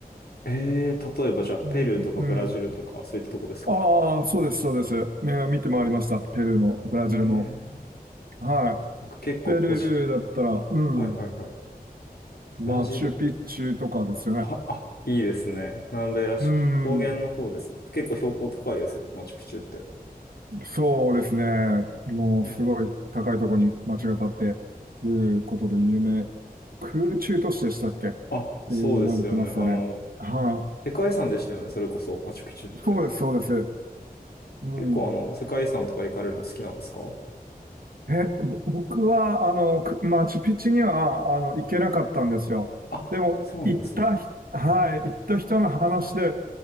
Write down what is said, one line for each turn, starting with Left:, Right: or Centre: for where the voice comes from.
Left: えー、例えばじゃあ、
Right: うん、
Left: ペルーとかブラジルとか、
Right: うん。
Left: そういったとこですか
Right: ああ、そうです、そうです。ね見て回りました。ペルーも、ブラジルも。
Left: えー、
Right: は
Left: 僕結構個人、
Right: い。ペルーだったら、うん、
Left: はいはいはい。
Right: マチュピチュとかですよね。
Left: ブラジル。は、あ、いいですね。南米らしく。
Right: うん、
Left: 高原の方ですね。結構標高高いですよね、マチュピチュって。
Right: そうですね。もうすごい高いところに街が建っていることで有名。
Left: ね
Right: 空中都市でしたっけって
Left: あ、そうですよね。
Right: 言われてますよね。
Left: あの、
Right: は
Left: 世界遺産でしたよね、それこそ、マチュピチュって。
Right: い。そうです、そうです。うん。
Left: 結構あの、世界遺産とか行かれるの好きなんですか
Right: え、ぼ僕は、あの、くマチュピチュには、あの、行けなかったんですよ。
Left: あ、
Right: でも、
Left: そうなんですね。
Right: 行ったひ、はい、行った人の話で、